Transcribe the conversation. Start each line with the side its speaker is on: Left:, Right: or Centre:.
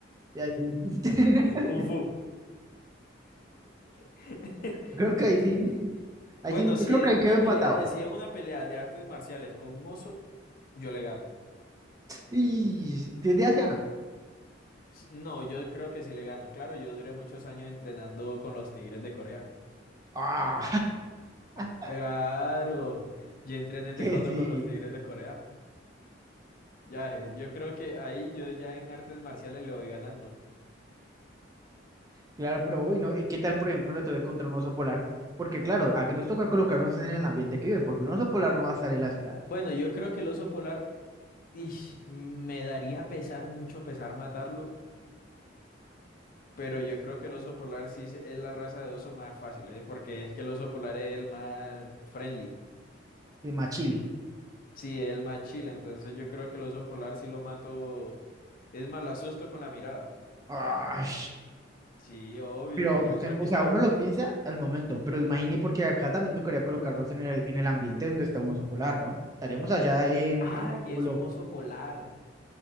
Right: y ahí- <laughs>
Left: <laughs> Kung Fu. <laughs>
Right: Creo que ahí sí. mm, Ahí
Left: Bueno,
Right: sí, yo
Left: si
Right: creo
Left: es
Right: que ahí
Left: una
Right: quedó empatado.
Left: pelea, eh, si es una pelea de artes marciales con un oso, yo le gano.
Right: Y si es de Asia, no.
Left: Si- No, yo creo que sí le gano. Claro, yo duré muchos años entrenando con los Tigres de Corea.
Right: Ah,
Left: Ah,
Right: <laughs>
Left: Claro, yo entrené
Right: que
Left: taekwondo
Right: sí,
Left: con los Tigres de Corea. Ya, eh, yo creo que ahí yo ya en artes marciales le voy ganando.
Right: claro, pero hoy no. ¿Y qué tal, por ejemplo, la tuve contra un oso polar? Porque, claro, aquí nos toca colocarnos en el ambiente que viven, porque un oso polar no va a estar en la ciudad,
Left: Bueno, yo creo que el oso polar, ish, me daría pesar mucho pesar matarlo, pero yo creo que el oso polar sí se- es la raza de oso más fácil, eh, porque es que el oso polar es el más friendly,
Right: es más chill.
Left: sí, es el más chill, entonces yo creo que el oso polar sí lo mato, es más, lo asusto con la mirada.
Right: Ay,
Left: Sí, obvio,
Right: pero
Left: yo
Right: Eh, usted,
Left: creo
Right: o
Left: que...
Right: sea, eh, uno lo piensa al momento, pero imagine porque acá también tocaría colocarnos en el, en el ambiente donde está un oso polar, ¿no? Estaríamos allá en,
Left: Ah,
Right: en el
Left: que
Right: polo,
Left: es un oso polar.